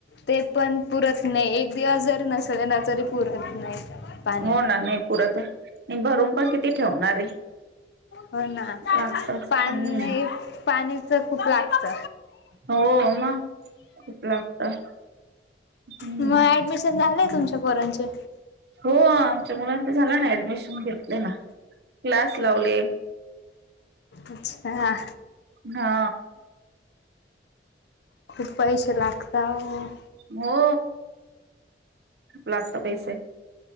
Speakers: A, on the left; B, on the right.
A: ते पण पुरत नाई एक दिवस जरी नसले ना तरी पुरत नाई पाणी
B: हो ना नाही पुरत भरून पण किती ठेवणार आहे
A: हो ना
B: लागतच
A: पाणी
B: हम्म
A: पाणी च खूप लागत.
B: हो म खूप लागत. हम्म
A: मग ऍडमिशन झालंय तुमच्या पोरांचे?
B: हो आमच्या मुलांच झाला ना ऍडमिशन घेतले ना क्लास लावले.
A: अच्छा.
B: हा.
A: खूप पैसे लागताव.
B: हो. लागता पैसे.